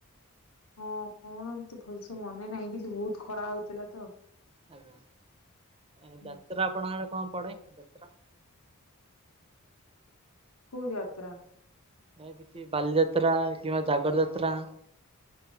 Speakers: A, on the left (about 80°); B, on the right (about 25°).
A: ହଁ କଣ ଏମିତି ଭଲସେ ମନେ ନାହିଁ କିନ୍ତୁ ବହୁତ ଖରା ହଉଥିଲା ତ।
B: ଆଜ୍ଞା, ଏ
A: ହୁଁ
B: ଯାତ୍ରା
A: ହୁଁ
B: ଆପଣଙ୍କେ କଣ ପଡେ ଯାତ୍ରା?
A: କୋଉ ଯାତ୍ରା?
B: ଯେମିତି ବାଲିଯାତ୍ରା କିମ୍ବା ଜାଗର ଯାତ୍ରା।